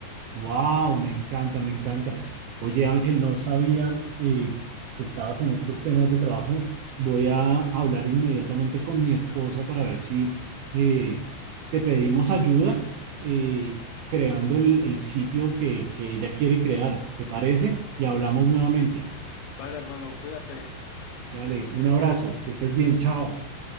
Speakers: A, on the right (about 80°); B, on the left (about 85°).
A: Wow, me encanta, me encanta. Oye, Ángel, no sabía eh, que estabas en estos temas de trabajo. Voy a hablar inmediatamente con mi esposa para ver si eh, te pedimos ayuda eh, creando el, el sitio que, que ella quiere crear. ¿Te parece? Y hablamos nuevamente.
B: Vale, hermano, cuídate.
A: Dale, un abrazo, que estés bien, chao.